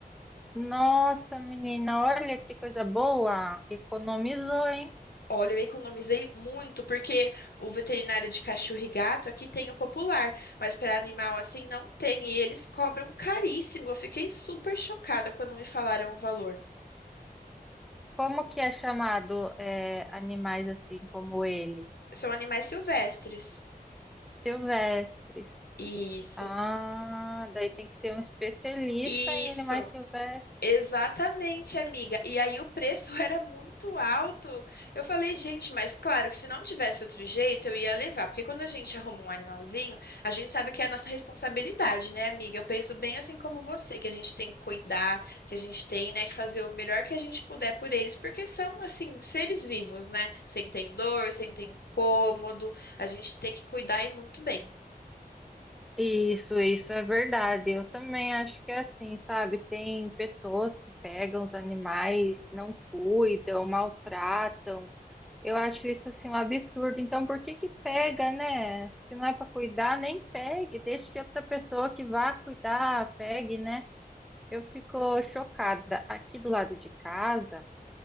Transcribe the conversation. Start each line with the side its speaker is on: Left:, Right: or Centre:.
Centre: Nossa, menina, olha que coisa boa! Economizou, hein?
Left: Olha, eu economizei muito, porque o veterinário de cachorro e gato aqui tem o popular, mas para animal assim não tem, e eles cobram caríssimo. Eu fiquei super chocada quando me falaram o valor.
Centre: Como que é chamado é, animais assim como ele?
Left: São animais silvestres.
Centre: Silvestres.
Left: Isso,
Centre: Ah, daí tem que ser um especialista
Left: isso.
Centre: em animais silvestres.
Left: Exatamente, amiga. E aí o preço <laughs> era muito alto. Eu falei, gente, mas claro que se não tivesse outro jeito, eu ia levar. Porque quando a gente arruma um animalzinho, a gente sabe que é a nossa responsabilidade, né, amiga? Eu penso bem assim como você, que a gente tem que cuidar, que a gente tem, né, que fazer o melhor que a gente puder por eles, porque são, assim, seres vivos, né? Sem ter dor, sem ter incômodo. A gente tem que cuidar e muito bem.
Centre: Isso, isso é verdade. Eu também acho que é assim, sabe? Tem pessoas que pegam os animais, não cuidam, maltratam. Eu acho isso assim um absurdo. Então, por que que pega, né? Se não é para cuidar, nem pegue. Deixe que outra pessoa que vá cuidar pegue, né? Eu fico chocada. Aqui do lado de casa,